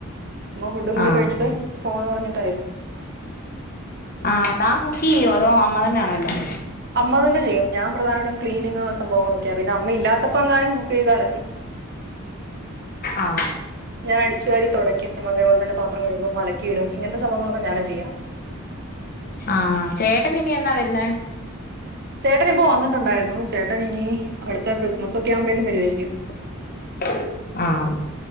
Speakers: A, on the right; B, on the left.
A: അമ്മ ഫുഡും കൂടി
B: ആഹ്
A: കഴിഞ്ഞിട്ട് പോവാന്ന് പറഞ്ഞിട്ടായിരുന്നു
B: ആഹ് താൻ കുക്ക് ചെയ്യോ അതോ അമ്മ തന്നാണോ എല്ലം
A: അമ്മ തന്നെ ചെയ്യും. ഞാൻ പ്രധാനായ്ട്ടും ക്ലീനിങ് സംഭവങ്ങളൊക്കയാ പിന്നെ അമ്മ ഇല്ലാത്തപ്പോ എങ്ങാനും കുക്ക് ചെയ്താലായി
B: ആഹ്
A: ഞ അടിച്ചുവാരി തുടക്കും അതേപോലെ തന്നെ പാത്രം കഴുകും അലക്കിയിടും ഇങ്ങനത്തെ സംഭവങ്ങളൊക്കെ ഞാനാ ചെയ്യാ
B: ആഹ് ചേട്ടൻ ഇനി എന്നാ വരുന്നേ
A: ചേട്ടൻ ഇപ്പോ വന്നിട്ടുണ്ടായിരുന്നു ചേട്ടനിപ്പോ വന്നിട്ടുണ്ടായിരുന്നു ചേട്ടൻ ഇനി അടുത്ത ക്രിസ്മസ് ഒക്കെ ആവുമ്പേന്ന് വരു ആയിരിക്കും
B: <unintelligible> ആഹ്